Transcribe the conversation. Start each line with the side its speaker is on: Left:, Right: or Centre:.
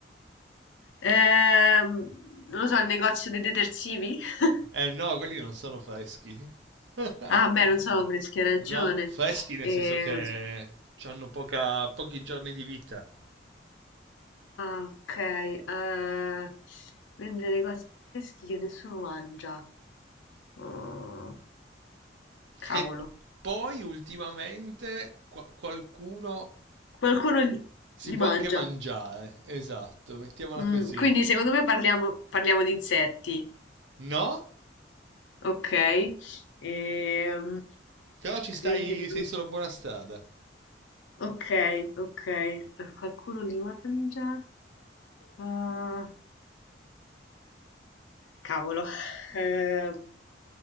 Left: Ehm, non lo so, il negozio dei detersivi? <laughs>
Right: Eh no, quelli non sono freschi. <laughs>
Left: Ah, beh, non so freschi, hai ragione.
Right: No, freschi nel
Left: Ehm
Right: senso che hanno poca, pochi giorni di vita.
Left: Ah, ok. eh, vendere cose fresche che nessuno mangia. Oh, cavolo.
Right: Che poi ultimamente qua- qualcuno
Left: Qualcuno li,
Right: si
Left: li
Right: può
Left: mangia.
Right: anche mangiare. Esatto, mettiamola
Left: Mm,
Right: così.
Left: quindi secondo me parliamo, parliamo di insetti.
Right: No?
Left: Ok. Ehm,
Right: Però ci stai,
Left: vende prodotti-
Right: sei sulla buona strada.
Left: Ok, ok. eh, Qualcuno li mangia. Ah, cavolo. Ehm,